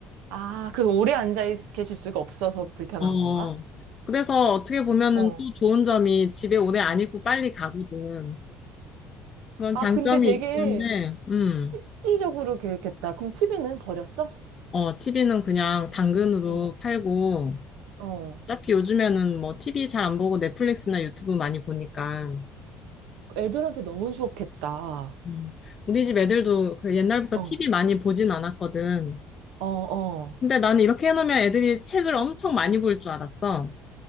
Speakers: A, on the right; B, on the left.
A: 아, 그 오래 앉아 있- 계실 수가 없어서 불편한
B: 어.
A: 건가?
B: 그래서 어떻게 보면은
A: 어.
B: 또 좋은 점이 집에 오래 안 있고 빨리 가거든. 그런
A: 아,
B: 장점이
A: 근데 되게
B: 있긴 한데, 음.
A: 획기적으로 계획했다. 그럼 TV는 버렸어?
B: 어, TV는 그냥 당근으로
A: 응.
B: 팔고,
A: 어.
B: 어차피 요즘에는 뭐 TV 잘 안 보고 넷플릭스나 유튜브 많이 보니까.
A: 애들한테 너무 좋겠다
B: 음. 우리 집 애들도 그 옛날부터
A: 어.
B: TV 많이 보진 않았거든.
A: 어, 어.
B: 근데 나는 이렇게 해놓으면 애들이 책을 엄청 많이 볼 줄 알았어.